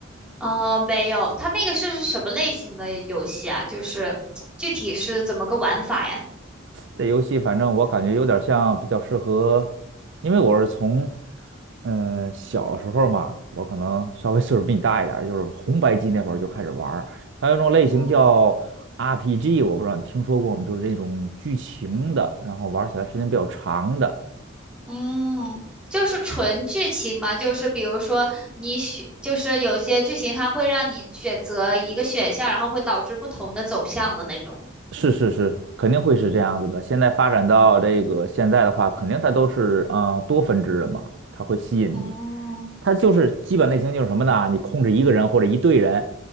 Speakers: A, in the centre; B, on the right.
A: 哦，没有，它那个是什么类型的游戏啊？就是具体是怎么个玩法呀？
B: 这游戏反正我感觉有点像比较适合，因为我是从，嗯、小时候嘛，我可能稍微岁数比你大一点儿就是红白机那会儿就开始玩儿。它有一种类型叫
A: 嗯
B: RPG，我不知道你听说过吗？就是这种剧情的，然后玩起来时间比较长的。
A: 嗯，就是纯剧情嘛，就是比如说你选，就是有些剧情它会让你选择一个选项，然后会导致不同的走向的那种。
B: 是是是，肯定会是这样子的。现在发展到这个现在的话，肯定它都是啊、呃多分支的嘛，它会吸引你。
A: 嗯
B: 它就是基本类型就是什么呢？你控制一个人或者一队人，